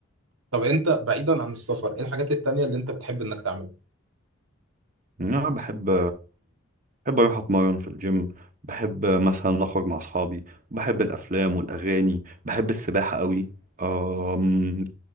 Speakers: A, on the right; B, on the right.
A: طب انت بعيدا عن السفر ايه الحاجات التانية اللي انت بتحب انك تعملها
B: أنا بحب بحب أروح أتمرن في الجيم بحب مثلا أخرج مع أصحابي بحب الأفلام والأغاني بحب السباحة قوي أم،